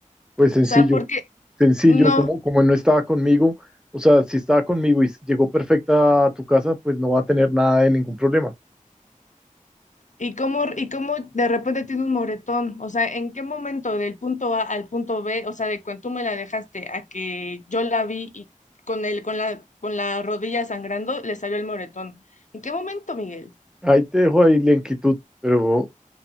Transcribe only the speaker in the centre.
Pues sencillo,
sencillo,
como, como no estaba conmigo, o sea, si estaba conmigo y llegó perfecta a tu casa, pues no va a tener nada de ningún problema.
Ahí te dejo ahí la inquietud, pero